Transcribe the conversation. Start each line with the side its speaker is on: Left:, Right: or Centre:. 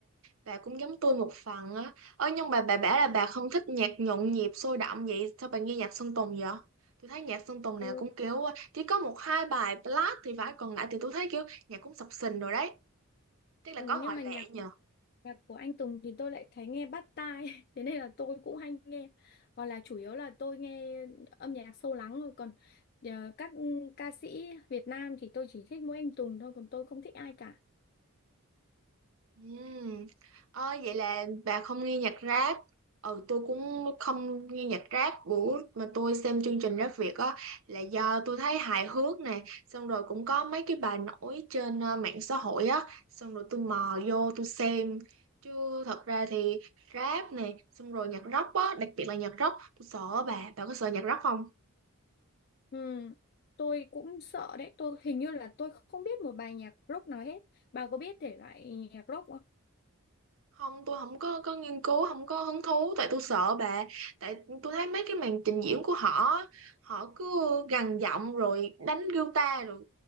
Right: bà cũng giống tôi một phần á. Ơ nhưng mà bà bảo là bà không thích nhạc nhộn nhịp sôi động vậy, sao bà nghe nhạc Sơn Tùng vậy? Tôi thấy nhạc Sơn Tùng
Left: Ừ.
Right: nào cũng kiểu ờ, chỉ có một hai bài ballad thì phải, còn lại thì tôi thấy kiểu nhạc cũng sập sình rồi đấy. Tức là
Left: Ừ,
Right: có
Left: nhưng
Right: ngoại
Left: mà nhạc
Right: lệ nhỉ?
Left: của- nhạc của anh Tùng thì tôi lại thấy nghe bắt tai, <laughs> thế nên là tôi cũng hay nghe. Còn là chủ yếu là tôi nghe âm nhạc sâu lắng thôi. Còn ờ, các ca sĩ Việt Nam thì tôi chỉ thích mỗi anh Tùng thôi, còn tôi không thích ai cả.
Right: Ừm. Ờ, vậy là bà không nghe nhạc rap ừ tôi cũng không nghe nhạc rap bữa mà tôi xem chương trình Rap Việt á là do tôi thấy hài hước nè xong rồi cũng có mấy cái bài nổi trên ờ, mạng xã hội á xong rồi tôi mò vô tôi xem chứ thật ra thì rap nè xong rồi nhạc rock á đặc biệt là nhạc rock tôi sợ bà bà có sợ nhạc rock không
Left: Ừ, tôi cũng sợ đấy. Tôi hình như là tôi không biết một bài nhạc rock nào hết. Bà có biết thể loại nhạc rock không?
Right: không tôi không có có nghiên cứu không có hứng thú tại tôi sợ bà tại tôi thấy mấy cái màn trình diễn của họ họ cứ gằn giọng rồi đánh guitar rồi